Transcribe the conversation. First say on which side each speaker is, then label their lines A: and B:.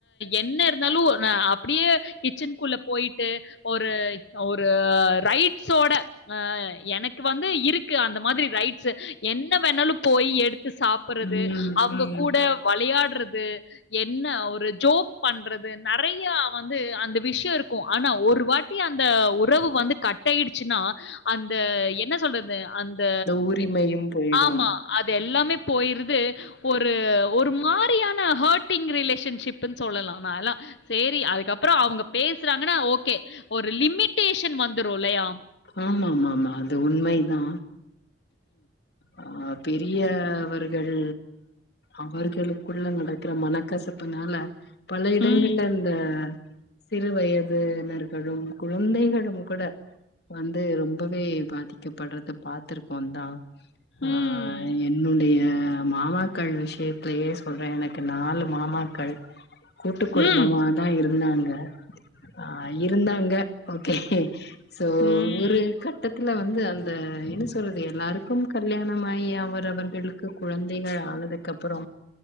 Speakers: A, on the left; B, on the left.
A: என்ன இருந்தாலு ந அப் ப்டியே கிச்சன்க்குள்ள போயிட்டு ஒரு ஒரு ரைட்ஸோட எனக்கு வந்து இருக்கு அந்த மாதுரி ரைட்ஸ் என்ன வேணாலும் போய் சாப்புறது
B: ம்
A: அவ்ங்க
B: ம்
A: கூட வளையாட்றது என்ன ஒரு ஜோக் பண்றது நறைய வந்து அந்த விஷிய இருக்கு ஆனா ஒரு வாட்டி அந்த உறவு வந்து கட்டாயிடுச்சுன்னா அந்த என்ன சொல்றது அந்த
B: உரிமையும் போயிடு
A: ஆமா அது எல்லாமே போயிருது ஒரு ஒரு மாரியான ஹேட்டிங் ரிலேஷன்ஷிப்புன் சொல்லலா சேரி அதுக்கப்றோ அவுங்க பேசறாங்கனா ஓகே ஓரு லிமிடேஷன் வந்துருல்லயா
B: ஆமாமாமா அது உண்மைதா ஆ பெரிய அவர்கள் அவர்களுக்குள்ள நடக்குற மனக்கசப்புனால பல இடங்கள்
A: ம்.
B: அந்த சிறு வயதுனர்களு குழந்தைகளும் கூட வந்து ரொம்பவே பாதிக்கப்பட்றத பாத்துருக்கோ தா ஆ
A: ம்.
B: என்னுடைய அ மாமாக்கள் விஷயத்தயே சொல்ற எனக்கு நாலு மாமாக்கள் கூட்டு குடும்பமாதா
A: ம். ம்.
B: இருந்தாங்க அ இருந்தாங்க ஓகே து
A: ம், ம்.
B: ஒரு கட்ட துல வந்து அந்த என்ன சொல்றது எல்லாருக்கு கல்யாண ஆயி அவர் அவர்களுக்கு குழந்தைகள் ஆனதுக்கு அப்புற